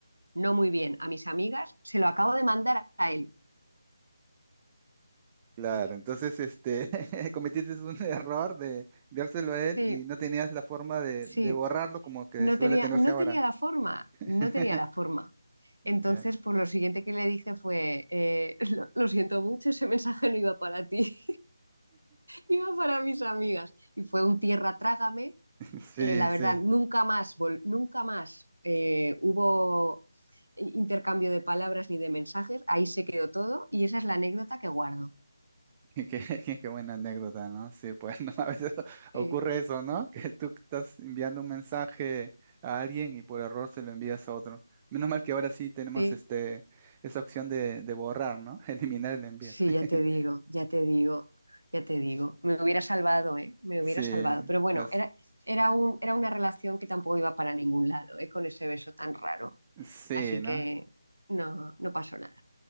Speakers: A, on the right; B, on the right.
A: no muy bien a mis amigas, se lo acabo de mandar a él.
B: Claro, entonces este <laughs> cometiste un error de enviárselo a él
A: Sí,
B: y no tenías la forma de,
A: sí,
B: de borrarlo como que
A: no
B: suele
A: tenía,
B: tenerse
A: no
B: ahora.
A: tenía la forma,
B: <laughs>
A: no tenía la forma. Entonces,
B: Ya.
A: pues lo siguiente que le dije fue, eh, <laughs> lo, lo siento mucho, ese mensaje no iba para ti. Iba para mis amigas. Y fue un tierra trágame.
B: Sí,
A: Eh, la
B: sí.
A: verdad, nunca más, vol- nunca más eh, hubo intercambio de palabras ni de mensajes. Ahí se quedó todo y esa es la anécdota que guardo.
B: <laughs> Qué, qué- qué buena anécdota, ¿no? Sí, pues <laughs> ¿no? a veces <laughs> ocurre
A: Sí,
B: eso, ¿no? Que tú estás enviando un mensaje a alguien y por error se lo envías a otro. Menos mal que ahora sí tenemos
A: sí.
B: este esa opción de, de borrar, ¿no? <laughs> Eliminar el envío.
A: Sí,
B: <laughs>
A: ya te digo, ya te digo, ya te digo. Me hubiera salvado, ¿eh? Me
B: Sí,
A: hubiera salvado. Pero bueno,
B: es-
A: era, era un, era una relación que tampoco iba para ningún lado, ¿eh? Con ese beso tan raro.
B: sí,
A: Así
B: ¿no?
A: que no, no pasó nada.